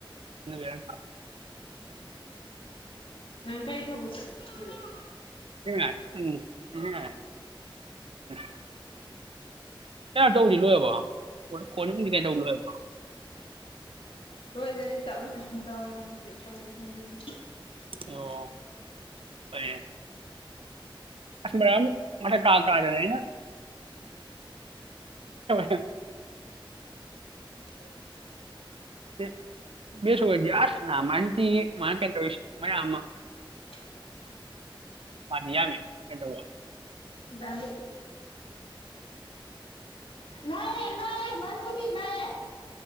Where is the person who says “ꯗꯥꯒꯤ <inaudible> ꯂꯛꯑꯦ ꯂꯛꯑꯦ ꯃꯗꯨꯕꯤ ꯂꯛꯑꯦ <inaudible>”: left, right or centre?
Left